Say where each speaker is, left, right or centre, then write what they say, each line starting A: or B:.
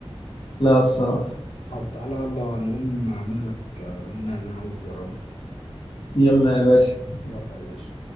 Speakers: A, on the left; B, on the left.
A: لا الصراحة
B: طب تعالى يلا نقوم أعمل لك آه، ليمون نعناع وتجربه
A: يلا يا باشا
B: يلا يا باشا